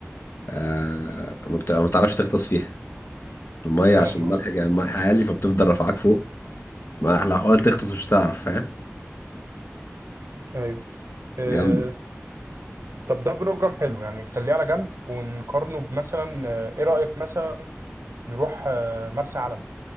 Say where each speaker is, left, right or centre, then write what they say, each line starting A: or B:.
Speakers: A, on the left; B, on the right.
A: آه ما بت- ما بتعرفش تغطس فيها المية عشان
B: أم...
A: الملح جا- الملح عالي فبتفضل رافعاك فوق ما لو حاولت تغطس مش هتعرف فاهم
B: ايوه أه...
A: جامدة
B: طب ده بروجرام حلو يعني خليه على جنب ونقارنه بمثلا آه، ايه رأيك مثلا نروح آه، مرسى علم